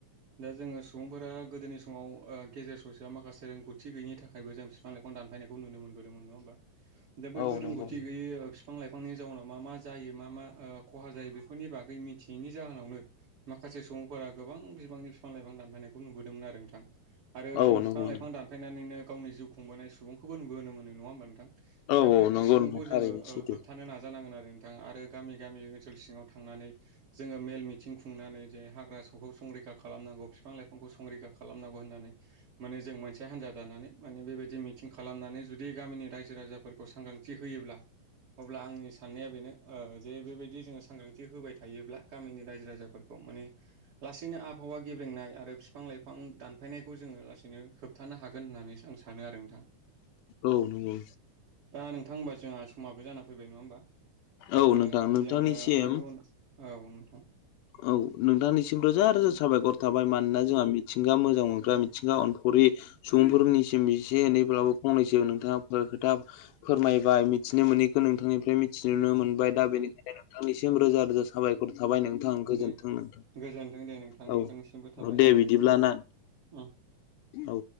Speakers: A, on the right; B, on the left.
A: दा जोङो सुबुंफोरा गोदोनि समाव ओ गेजेर ससेया माखासे रोंगौथि गैयिनि थाखायबो जों फिफां-लाइफां दानफायनायखौ नुनो मोनो। बोदोंमोन नङा होमबा दा बैफोर
B: औ नंगौ
A: रोंगौथि गैयै बिफां-लाइफांनि जाउनाव मा मा जायो मा मा ओ ख'हा जायो बेफोरनि बागै मिथियैनि जाहोनावनो माखासे सुबुंफोरा गोबां बिबांनि फिफां-लाइफां दानफायनाय बोदोंमोन आरो नोंथां आरो
B: औ
A: जों
B: नंगौ
A: फिफां लाइफां दानायनाय नैनो गावनि जिउ खुंबोनाय सुबुंखौबो नुबोनो मोनो नङा होमबा नोंथां
B: औ
A: दा बैफोर
B: औ नंगौ
A: सुबुंखौ
B: नोंथां थारैनो
A: जोङो ओ
B: सैथो
A: होबथानो नाजानांगोन आरो नोंथां आरो गामि गामि ओनसोल सिङाव थांनानै जोङो मेल मिथिं खुंनानै जे हाग्रा सगौ से संरैखा खालामनांगौ फिफां-लाइफांखौ संरैखा खालामनांगौ होननानै माने जों मोनसे हान्जा दानानै माने बेबायदि मिथिं खालामनानै जुदि गामिनि रायजो-राजाफोरखौ सांग्रांथि होयोब्ला अब्ला आंनि साननाया बेनो ओ जे बेबायदि जोङो सांग्रांथि होबाय थायोब्ला गामिनि रायजो-राजाफोरखौ माने लासैनो आबहावा गेब्रेंनाय आरो फिफां-लाइफां दानफायनायखौ जोङो लासैनो होबथानो हागोन होननानै सा आं सानो आरो नोंथां
B: औ नंगौ
A: दा नोंथां होनबा जोंहा समाबो जाना फैबाय नङा होमबा
B: औ
A: ओ
B: नोंथां नोंथांनिसिम
A: जोङो आरो उन औ नोंथां
B: औ नोंथांनिसिम रोजा रोजा साबायख'र थाबाय मानोना जोंहा मिथिंगा मोजां मोनग्रा मिथिंगा अनफाव सुबुंफोरनिसिम एसे एनैब्लाबो फंनैसो नोंथाङा खोथा फोरमायबाय मिथि मिथिनो मोनैनिखौ नोंथांनिफ्राय मिथि नुनो मोनबाय दा बेनिखायनो नोंथांनिसिम रोजा रोजा साबायख'र थाबाय नोंथां गोजोनथों
A: दे
B: नोंथां
A: गोजोनथों दे नोंथां
B: औ
A: नोंथांनिसिमबो थाबाय
B: दे बिदिब्ला ना
A: औ
B: औ